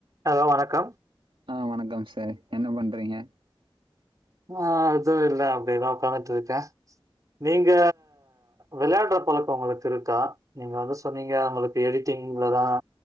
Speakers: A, on the right (about 40°); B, on the right (about 70°).
A: Hello வணக்கம்
B: ஆ வணக்கம் சார் என்ன பண்றீங்க
A: ஆ எது இல்ல அப்டியேதா ஓகாந்துட்ருக நீங்க விளையாடுற பழக்கோ உங்களுக்கிருக்கா நீங்க வந்து சொன்னீங்க நமளுக்கு எடிட்டிங்ல தான்